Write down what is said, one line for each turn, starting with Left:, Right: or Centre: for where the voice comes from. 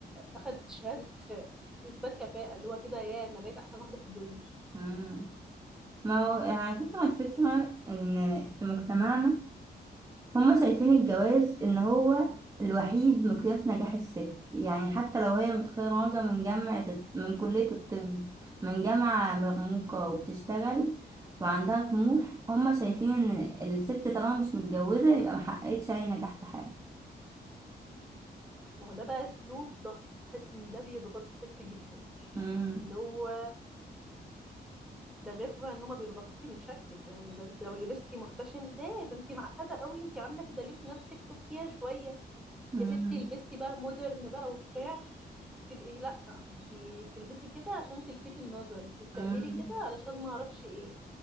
Centre: اخد شهاده <laughs> اثبات كفاءه اللي هو كده يا انا بقيت احسن واحده في الدنيا
Right: مم. ما هو على فكرة الفكرة إن في مجتمعنا هما شايفين الجواز إن هو الوحيد مقياس نجاح الست يعني حتى لو هي متخرجة من جامعة الط- من كلية الطب من جامعة مرموقة وبتشتغل وعندها طموح هما شايفين إن الست طالما مش متجوزة يبقى محققتش أي نجاح في حياتها
Centre: ما هو ده بقى اسلوب ضغط بحس ان ده بيضغط الست جدا
Right: مم،
Centre: اللي هو ده غير طبعا ان هما بيضغطوكي من شكلك يعني ده انت لو لبستي محتشم ده ده انت معقده قوي انت عامله كده ليه في نفسك تبكيها شويه
Right: مم،
Centre: يا ستي لبستي بقى مودرن بقى وبتاع تبقي لا انتي بتلبسي كده عشان تلفتي النظر انتي بتعملي
Right: مم،
Centre: كده علشان ما اعرفش ايه